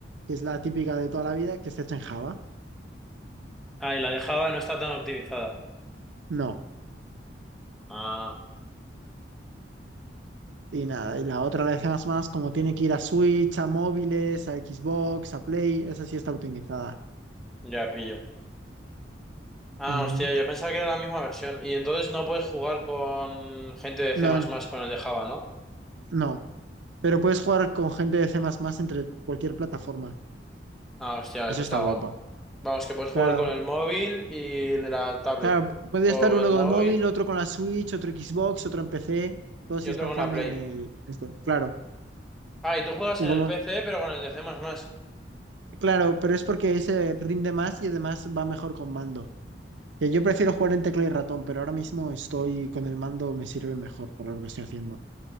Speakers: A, on the right (about 80°); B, in the centre.
A: que es la típica de toda la vida, que está hecha en Java.
B: Ah, y la de Java no está tan optimizada.
A: No.
B: Ah,
A: Y nada, y la otra, la de C++, como tiene que ir a Switch, a móviles, a Xbox, a Play, esa sí está optimizada.
B: ya pillo. Ah,
A: Ujú.
B: hostia, yo pensaba que era la misma versión. Y entonces no puedes jugar con gente de
A: No,
B: C++ con el de Java, ¿no?
A: no. Pero puedes jugar con gente de C++ entre cualquier plataforma.
B: Ah, hostia,
A: Eso
B: eso
A: está
B: está
A: guapo.
B: god. Vamos, que puedes
A: Claro,
B: jugar con el móvil y la tablet.
A: claro, puede
B: O
A: estar uno
B: el
A: con
B: móvil
A: el móvil, otro con la Switch, otro Xbox, otro en PC, todos
B: y
A: sí
B: otro
A: están
B: con
A: jugando
B: la Play.
A: en el este, claro.
B: Ah, y tú juegas
A: Y
B: en
A: como,
B: el PC, pero con el de C++. Ah,
A: claro, pero es porque ese rinde más y además va mejor con mando. Que yo prefiero jugar en tecla y ratón, pero ahora mismo estoy con el mando, me sirve mejor para lo que estoy haciendo.